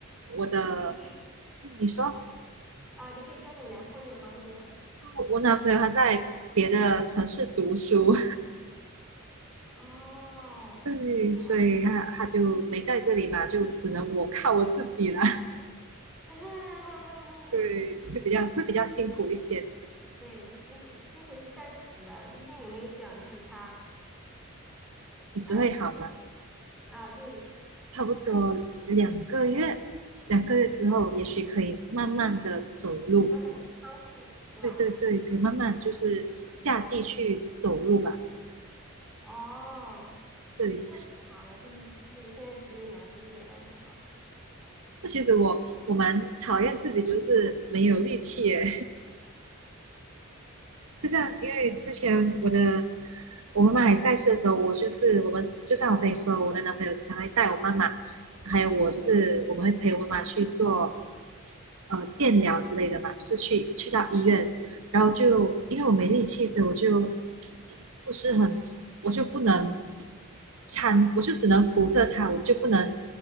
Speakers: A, on the right (about 75°); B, in the centre.
A: 我的，
B: 你可以
A: 嗯你说
B: 啊、你可以叫你男朋友帮你呀、
A: 我我男朋友他在别的城市读书，
B: 哦，
A: <laughs> 对，
B: 对哈、
A: 所以他他就没在这里嘛，就只能我靠我自己啦。
B: <laughs>
A: <laughs> 对，就比较会比较辛苦一些。
B: 对，辛苦辛苦是暂时的。医生有没有讲，就是他
A: 几时会好嘛？
B: 啊、就是因啊、对，
A: 差不多两个月，两个月之后也许可以慢慢的走路。
B: 慢慢的康复是吧？
A: 对对对，可以慢慢就是下地去走路吧。
B: 哦，
A: 对，
B: 那挺好的，就是只是现在只有两个月，那挺好的。
A: 那其实我我蛮讨厌自己，就是没有力气耶。就像因为之前我的我妈妈还在世的时候，我就是我们就像我跟你说，我的男朋友经常会带我妈妈，还有我就是我们会陪我妈妈去做呃电疗之类的嘛，就是去去到医院，然后就因为我没力气，所以我就不是很我就不能搀，我就只能扶着她，我就不能